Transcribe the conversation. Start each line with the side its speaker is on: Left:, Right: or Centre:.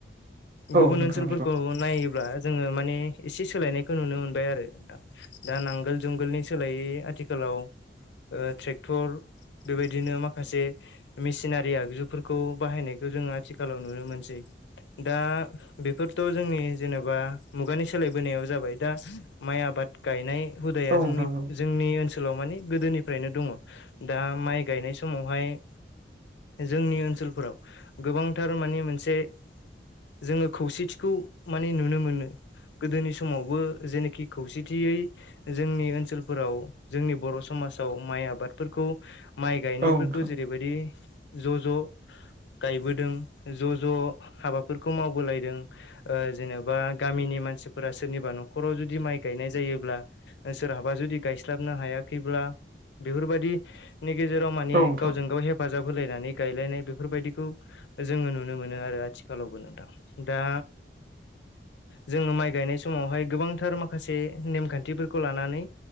Left: गुबुन
Right: औ
Left: ओनसोलफोरखौ
Right: नोंथां औ
Left: नायोब्ला जोंङो माने एसे सोलायनायखौ नुनो मोनबाय आरो दा नांगोल जुंगोलनि सोलायै आथिखालाव ट्रेक्टर बिदिनो माखासे मेसिनारि आगजुफोरखौ बाहायनायखौ जोंङो आथिखालाव नुनो मोनसै दा बेफोरथ' जोंनि जेनेबा मुगानि सोलायबोनायाव जाबाय दा माइ आबाद गायनाय हुदाया
Right: नोंथां
Left: जोंनि
Right: नंगौ
Left: जोंनि ओनसोलाव मानि गोदोनिफ्रायनो दंङ दा माइ गायनाय समावहाय जोंनि ओनसोलफोराव गोबांथार माने मोनसे जोङो खौसेथिखौ माने नुनो मोनो गोदोनि समावबो जेनोखि खौसेथियै जोंनि ओनसोलफोराव जोंनि बर' समाजाव माइ आबादफोरखौ माइ गायनायफोरखौ
Right: औ नोंथां औ नोंथां
Left: जेरै बेबायदि ज' ज' गायबोदों ज' ज' हाबाफोरखौ मावबोलायदों जेनेबा गामिनि मानसिफोरा सोरनिबा न'खराव जुदि माइ गायनाय जायोब्ला सोरहाबा जुदि गायस्लाबनो हायाखैब्ला बेफोरबादि नि गेजेराव
Right: औ
Left: माने
Right: नोंथां
Left: गावजों गाव हेफ हेफाजाब होलायनानै गायलायनाय बेफोरबायदिखौ जोङो नुनो मोनो आरो आथिखालावबो नोंथां दा जोंङो माइ गायनाय समावहाय गोबांथार माखासे नेमखान्थिफोरखौ लानानै